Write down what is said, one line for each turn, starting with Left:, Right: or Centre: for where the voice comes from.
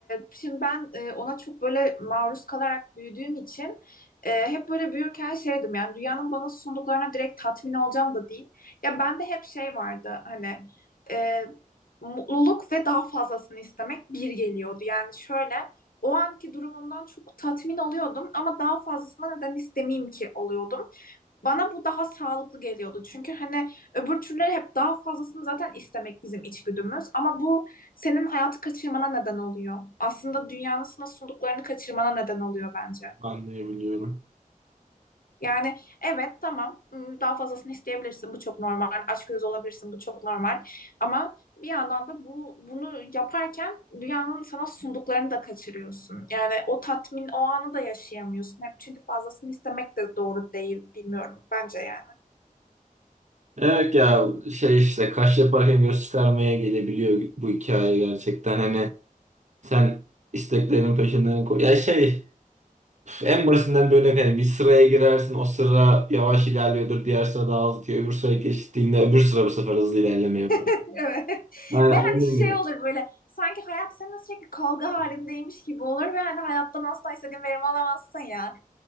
Left: şimdi ben e, ona çok böyle maruz kalarak büyüdüğüm için e, hep böyle büyürken şeydim yani dünyanın bana sunduklarına direkt tatmin olacağım da değil. Ya bende hep şey vardı hani e, mutluluk ve daha fazlasını istemek bir geliyordu. Yani şöyle o anki durumumdan çok tatmin oluyordum ama daha fazlasına neden istemeyeyim ki oluyordum. Bana bu daha sağlıklı geliyordu. Çünkü hani öbür türleri hep daha fazlasını zaten istemek bizim içgüdümüz. Ama bu senin hayatı kaçırmana neden oluyor. Aslında dünyanın sana sunduklarını kaçırmana neden oluyor bence.
Right: Anlayabiliyorum.
Left: Yani evet tamam hmm, daha fazlasını isteyebilirsin bu çok normal. Açgözlü olabilirsin bu çok normal. Ama bir yandan da bu bunu yaparken dünyanın sana sunduklarını da kaçırıyorsun. Yani o tatmin o anı da yaşayamıyorsun. Hep çünkü fazlasını istemek de doğru değil bilmiyorum bence yani.
Right: Evet ya şey işte kaş yaparken göz çıkarmaya gelebiliyor bu hikaye gerçekten. Hani sen isteklerin peşinden koy. Ya şey en basitinden bir örnek hani bir sıraya girersin o sıra yavaş ilerliyordur diğer sıra daha hızlı diyor. Öbür sıraya geçtiğinde öbür sıra bu sefer hızlı ilerlemeye başlıyor.
Left: <laughs> Evet.
Right: Yani
Left: Ve hani
Right: onu diyor.
Left: şey olur böyle sanki hayat seninle sürekli kavga halindeymiş gibi olur ve hani hayattan asla istediğin verimi alamazsın ya.